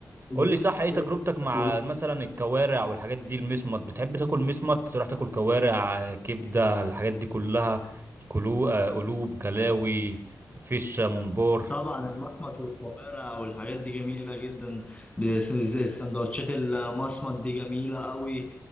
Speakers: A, on the left; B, on the right.
A: وبت...
B: قول لي صح ايه تجربتك مع
A: وبت...
B: مثلا الكوارع والحاجات دي المسمط بتحب تاكل مسمط تروح تاكل كوارع كبدة الحاجات دي كلها كلو آه، قلوب كلاوي فيش منبار
A: طبعا المصمت والكوارع والحاجات دي جميلة جدا بس- السندوتشات المصمت دي جميلة قوي